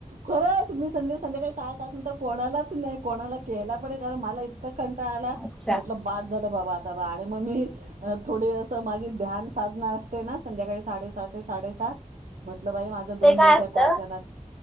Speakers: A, on the right; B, in the centre.
A: खरंच मी संध्या संध्याकाळी सहा सात नंतर कोणालाच नाही कोणाला केला पण नाही. मला इतका कंटाळा आला.
B: अच्छा
A: म्हटल बास झालं बाबा आता आणि मग मी अ थोडे ते अस माझी ध्यान साधना असते ना. संध्याकाळी साडेसहा ते साडेसात.. म्हटल बाई माझं दोन
B: ते काय
A: दिवस
B: असतं
A: या कॉलच्या नाद